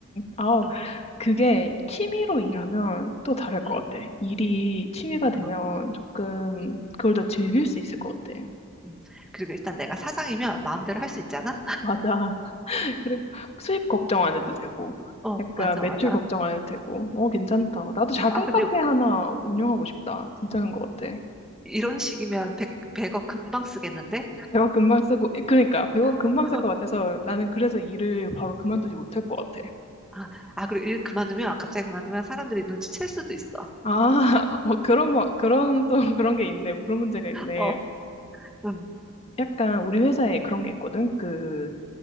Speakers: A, on the left; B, in the centre.
A: 아,
B: 응,
A: 그게 취미로 일하면 또 다를 것
B: 응,
A: 같아. 일이 취미가 되면
B: 어,
A: 조금 그걸 더 즐길 수 있을 것 같아.
B: 응. 그리고 일단 내가 사장이면 마음대로 할 수 있잖아?
A: 맞아. 그리고 수입 걱정 안 해도 되고,
B: 어,
A: 약간
B: 맞아,
A: 매출
B: 맞아.
A: 걱정 안 해도 되고, 어, 괜찮다. 나도 작은
B: 아, 근데
A: 카페 하나 운영하고 싶다. 괜찮은 것 같아.
B: 이런 식이면 백백 100억 금방 쓰겠는데?
A: 백억 금방 쓰고, 그러니까 백억 금방
B: <laughs>
A: 쓸 것 같아서 나는 그래서 일을 바로 그만두지 못할 것 같아.
B: 아, 아, 그리고 일 그만두면, 갑자기 그만두면 사람들이 눈치챌 수도 있어.
A: 아, <laughs> 뭐 그런, 뭐, 그런 또 <laughs> 그런 게 있네. 뭐 그런 문제가 있네.
B: 어, 음,
A: 약간 우리 회사에 그런 게 있거든. 그,